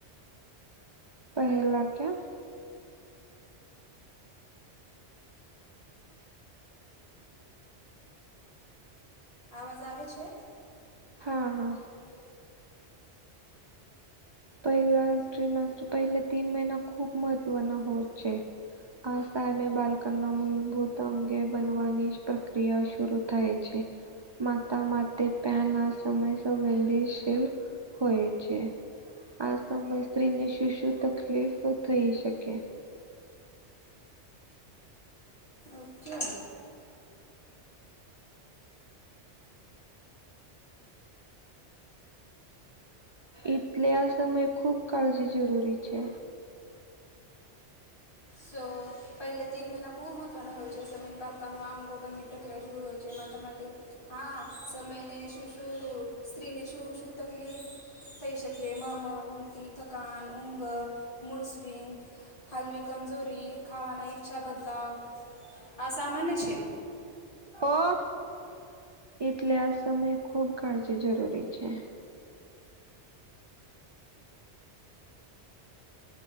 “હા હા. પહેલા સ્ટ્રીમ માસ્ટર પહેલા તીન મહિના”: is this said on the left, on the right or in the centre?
Right